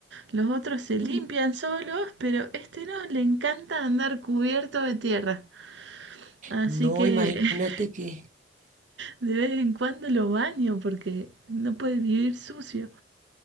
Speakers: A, on the right (about 75°); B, on the right (about 40°).
A: Los otros se limpian
B: <laughs>
A: solos, pero este no, le encanta andar cubierto de tierra. Así
B: no,
A: que
B: imagínate
A: <laughs>
B: que
A: De vez en cuando lo baño porque no puede vivir sucio.